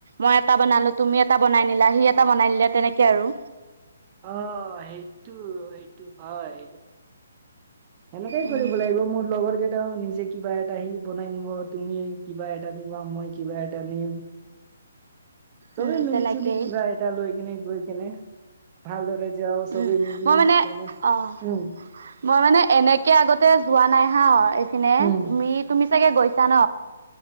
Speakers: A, on the right; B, on the right.
A: মই এটা বনালো তুমি এটা বনাই নিলা সি এটা বনাই নিলে তেনেকে আৰু।
B: অঁ সেইটো সেইটো হয়। সেনেকেই
A: উম।
B: কৰিব লাগিব মোৰ লগৰ কেইটাখন নিজ- যে কিবা এটা সি বনাই নিব তুমি কিবা এটা নিবা মই কিবা এটা নিম। চবে
A: উম,
B: মিলিজুলি
A: তেনেকেই
B: কিবা এ- লৈ কেনে গৈ কেনে ভালদৰে যাওঁ
A: উম,
B: চবেই মিলি
A: মই
B: কেনে
A: মানে অ',
B: উমঁ।
A: মই মানে এনেকে আগতে যোৱা নাই হা এইফিনে
B: উম
A: তুমি তুমি চাগে গৈছা ন।